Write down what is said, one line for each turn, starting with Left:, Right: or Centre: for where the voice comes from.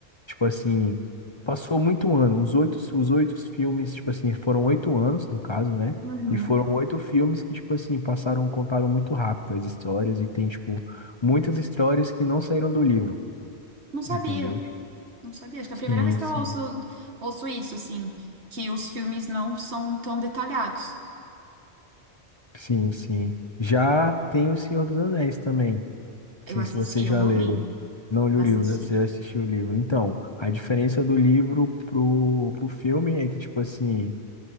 Left: tipo assim, passou muito ano. Os oito, os oito filmes, tipo assim, foram oito anos, no caso, né?
Right: uhum.
Left: E foram oito filmes que, tipo assim, passaram, contaram muito rápido as histórias e tem, tipo, muitas histórias que não saíram do livro,
Right: Não sabia.
Left: entendeu?
Right: Não sabia. Acho que é a primeira
Left: Sim,
Right: vez que
Left: sim,
Right: eu ouço, ouço isso, assim, que os filmes não são tão detalhados.
Left: sim, sim. Já tem O Senhor dos Anéis também. Não
Right: Eu
Left: sei
Right: assisti,
Left: se você já
Right: eu não
Left: leu.
Right: li,
Left: Não li
Right: mas
Left: o livro,
Right: assisti.
Left: você assistiu o livro. Então, a diferença do livro pro, pro filme é que, tipo assim,